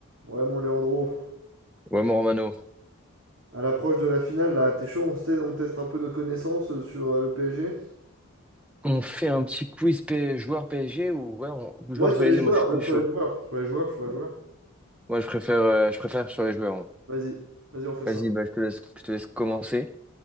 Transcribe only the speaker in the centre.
Ouais, mon Romano,
on fait un petit quiz P- joueur PSG ou ouais, on... ou
joueur
PSG,
moi je suis
plus
chaud.
Ouais.
Moi je préfère, euh, je préfère sur les joueurs. moi.
Vas-y,
bah, je te laisse, je te laisse commencer.